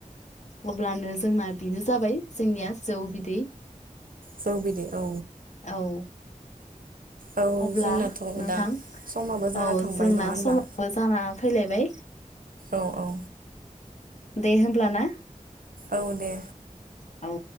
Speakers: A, on the left (about 55°); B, on the right (about 85°).
A: अब्लानो जोंना बेनो जाबाय जोंनिया जौ बिदै।
B: जौ बिदै औ
A: औ
B: औ
A: अब्ला
B: जोंनाथ'
A: नोंथां
B: दा समाबो जाना
A: औ
B: थांबाय
A: जोंना
B: नङा होनब्ला?
A: समाबो जाना फैलायबाय
B: औ औ
A: दे होमब्ला ना?
B: औ दे।
A: औ